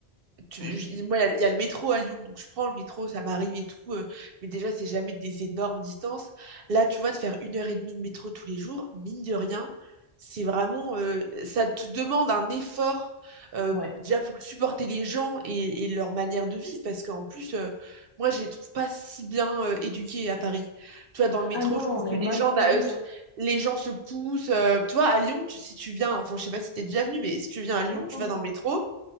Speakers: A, on the right (about 65°); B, on the left (about 30°).
A: tu-
B: Oui,
A: je- moi, il y, a il y a le métro à Lyon, donc je prends le métro, ça m'arrive et tout, euh, mais déjà, c'est jamais des énormes distances. Là, tu vois, de faire une heure et demie de métro tous les jours, mine de rien, c'est vraiment, euh, ça te demande un effort, euh,
B: ouais.
A: déjà pour supporter les gens et, et leur manière de vivre, parce qu'en plus, euh, moi, je les trouve pas si bien, euh, éduqués à Paris. Tu vois, dans le métro,
B: Ah non, on
A: je trouve que
B: est mal
A: les gens,
B: poli,
A: n'a- euh, se-
B: hein.
A: les gens se poussent. euh, tu vois, à Lyon, tu- si tu viens, enfin, je sais pas si t'es déjà venu, mais si tu viens à Lyon,
B: Non, pas
A: tu
B: encore.
A: vas dans le métro.